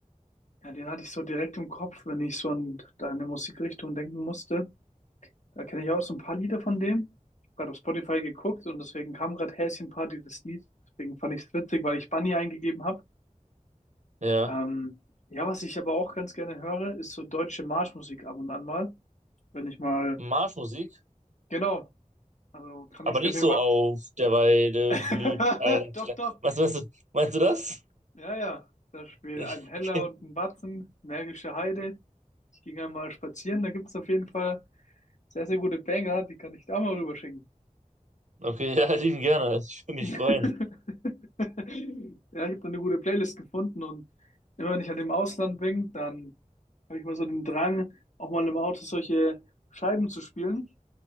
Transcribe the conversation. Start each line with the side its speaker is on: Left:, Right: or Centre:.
Left: Ja, den hatte ich so direkt im Kopf, wenn ich so an deine Musikrichtung denken musste. Da kenne ich auch so ein paar Lieder von dem. Ich habe gerade auf Spotify geguckt und deswegen kam gerade Häschen Party das Lied. Deswegen fand ich es witzig, weil ich Bunny eingegeben habe.
Right: Ja.
Left: Ähm, ja, was ich aber auch ganz gerne höre, ist so deutsche Marschmusik ab und an mal. Wenn ich mal,
Right: Marschmusik,
Left: genau, also kann
Right: aber
Left: ich dir
Right: nicht
Left: auf jeden
Right: so
Left: Fall.
Right: auf der Weide
Left: <laughs>
Right: blüht ein.
Left: Doch,
Right: Kle-
Left: doch.
Right: Meinst du, meinst du, meinst du das?
Left: Ja, ja. Da spielt
Right: <laughs>
Left: ein Heller und ein Batzen, Märkische Heide. Ich ging einmal spazieren, da gibt es auf jeden Fall sehr, sehr gute Banger, die kann ich da mal rüberschicken.
Right: Okay, ja, lieben gerne. Ich würde mich
Left: <laughs>
Right: freuen.
Left: Ja, ich habe eine gute Playlist gefunden und immer wenn ich halt im Ausland bin, dann habe ich mal so den Drang, auch mal im Auto solche Scheiben zu spielen,